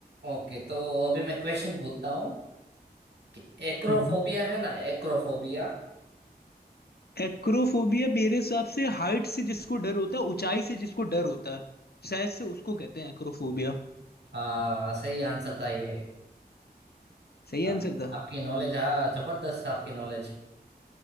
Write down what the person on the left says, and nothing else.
हम्म
एक्रोफोबिया मेरे हिसाब से हाइट से जिसको डर होता है ऊंचाई से जिसको डर होता है शायद से उसको कहते हैं एक्रोफोबिया
सही
आंसर था